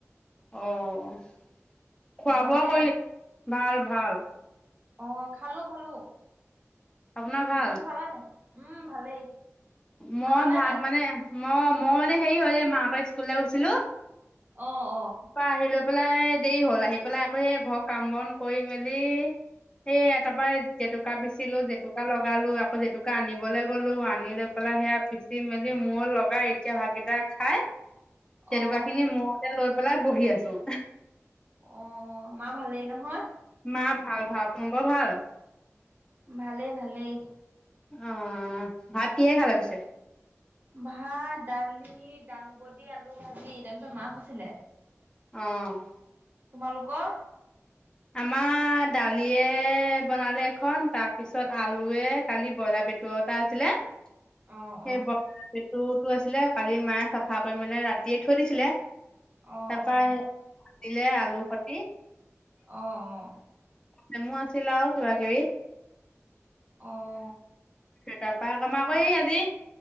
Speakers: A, on the left; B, on the right.
A: অ' খোৱা
B: ভালনে?
A: বোৱা কৰিলে? ভাল ভাল।
B: অ' খালো খালো।
A: আপোনাৰ ভাল?
B: তুমি খালা নে? উম ভালেই।
A: মই
B: খালানে
A: ভাত
B: নাই?
A: মানে মই মই মানে হেৰি হল এ মাহঁতৰ স্কুলে গৈছিলো।
B: অ', অ'।
A: তা আহি লৈ পেলাই দেৰি হ'ল আহি পেলাই আকৌ সেই ঘৰ কাম বন কৰি মেলি। এ তাৰ পৰা জেতুকা পিচিলো জেতুকা লগালো আকৌ জেতুকা আনিবলে গলো আনিলে সফালা সেয়া পিচি মেলি মূৰত লগাই এতিয়া ভাতকিটা খাই জেতুকাখিনি
B: অ
A: মূৰতে লৈ পেলাই বহি আছো।
B: অ' মা ভালেই নহয়?
A: মা ভাল ভাল তোমালোকৰ ভাল?
B: ভালেই ভালেই।
A: অ' ভাত কিহে খালা পিছে?
B: ভাত দালি দাংবডী আলু ভাজি তাৰ পিছত মাছ আছিলে।
A: অ'।
B: তোমালোকৰ?
A: আমাৰ দালিয়ে বনালে এখন তাৰপিছত আলুয়ে কালি বইলাৰ পেটো এটা আছিলে। সেই
B: অ অ
A: বৰুটো পেটোটো আছিলে কালি মায়ে চাফা কৰি মেলে ৰাতিয়ে থৈ দিছিলে।
B: অ
A: তাৰপা
B: অ অ
A: সেই কতিলে আলু সতি।
B: অ', অ'।
A: নেমু আছিল আৰু কিবা কিবি।
B: অ'।
A: তাৰপা কমা কৰি আজি